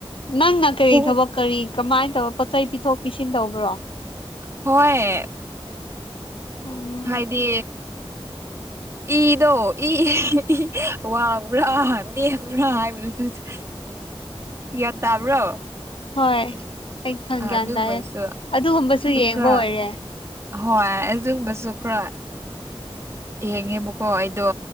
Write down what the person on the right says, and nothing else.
ꯄꯨꯡ
ꯍꯣꯏ
ꯍꯥꯏꯗꯤ ꯏꯗꯣ ꯏ ꯏ ꯏ ꯋꯥꯡꯕ꯭ꯔꯥ ꯅꯦꯝꯕ꯭ꯔꯥ ꯍꯥꯏꯕꯗꯨ ꯆ ꯏꯌꯥꯠ ꯇꯝ ꯔꯣ
ꯑꯗꯨꯒꯨꯝꯕꯁꯨ
ꯈꯔ
ꯍꯣꯏ ꯑꯗꯨꯒꯨꯝꯕꯁꯨ ꯈꯔ ꯌꯦꯡꯉꯦꯕꯀꯣ ꯑꯩꯗꯣ